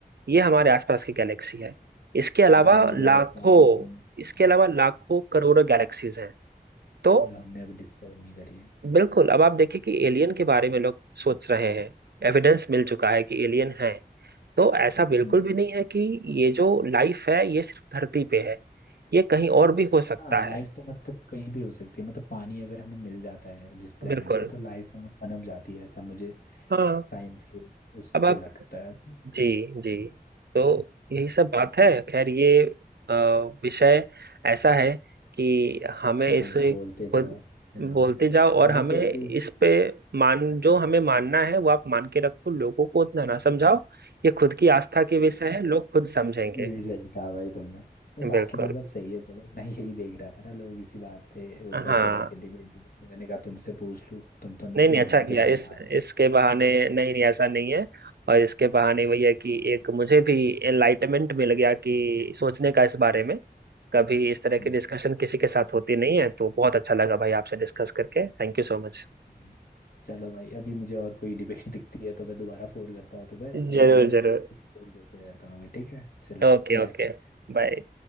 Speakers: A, on the right; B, on the left.
A: ये हमारे आसपास की गैलेक्सी है इसके
B: जी।
A: अलावा
B: इनमें लाइफ
A: लाखों
B: फॉर्म होने हम्म,
A: इसके अलावा लाखों करोड़ों गैलेक्सीज हैं तो
B: जो हमने अभी डिस्कवर नहीं करी है
A: बिल्कुल अब आप देखिए कि एलियन के बारे में लोग सोच रहे हैं एविडेंस मिल चुका है कि एलियन है तो ऐसा बिल्कुल
B: हम्म
A: भी नहीं है कि ये जो लाइफ है ये सिर्फ धरती पे है ये कहीं और भी हो
B: हाँ
A: सकता है
B: लाइफ तो मतलब कहीं भी हो सकती है मतलब पानी अगर हमें मिल जाता है जिस प्लेनेट
A: बिल्कुल
B: पे तो लाइफ वहाँ पनप जाती है ऐसा मुझे
A: हाँ
B: साइंस के उस
A: अब आप
B: पे लगता है <laughs>
A: जी जी तो यही सब बात है खैर ये अ, विषय ऐसा है कि हमें
B: हाँ
A: इसे
B: बोलते
A: खुद
B: जाओ हाँ
A: बोलते जाओ
B: चलो
A: और हमें
B: फिर अभी
A: इस पे मान जो हमें मानना है वो आप मान के रखो लोगों को उतना ना समझाओ ये खुद की आस्था के विषय है लोग खुद समझेंगे
B: ये भी सही कहा भाई तुमने तो बाकी
A: बिल्कुल
B: तो सब सही है चलो मैं यही देख रहा था ना लोग इसी बात पे वो
A: हाँ
B: करते रहते डिबेट मैंने कहा तुमसे पूछ लूँ तुम तो
A: नहीं नहीं
B: ज्ञान
A: अच्छा किया
B: के भंडार
A: इस
B: हो
A: इसके बहाने नहीं नहीं ऐसा नहीं है और इसके बहाने वही है कि एक मुझे भी एनलाइटमेंट मिल गया कि सोचने का इस बारे में कभी इस तरह की
B: हम्म,
A: डिस्कशन किसी के साथ होती नहीं है तो बहुत अच्छा लगा भाई आपसे डिस्कस करके थैंक यू सो मच
B: हम्म। चलो भाई अभी मुझे और कोई डिबेट <laughs> दिखती है तो मैं दोबारा फोन करता हूँ तुम्हें अभी
A: जरूर
B: के लिए
A: जरूर
B: इसको बोल देते रहता हूँ मैं ठीक है चलो
A: Okay
B: बाय
A: okay बाय